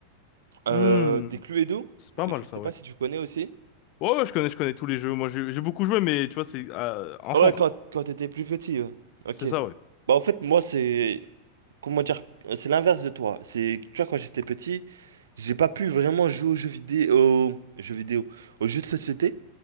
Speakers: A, on the right; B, on the left.
A: euh,
B: Hmm.
A: des Cluedo.
B: C'est pas
A: Je
B: mal,
A: sais
B: ça,
A: pas
B: ouais.
A: si tu connais aussi.
B: Ouais, ouais, je connais, je connais tous les jeux. Moi, j'ai j'ai beaucoup joué, mais tu vois, c'est euh, enfant.
A: Ouais, quand, quand t'étais plus petit, ouais. Ok.
B: C'est ça, ouais.
A: Bah, en fait, moi, c'est. comment dire, c'est l'inverse de toi. C'est, tu vois, quand j'étais petit, j'ai pas pu vraiment jouer aux jeux vidéo, aux jeux vidéo, aux jeux de société.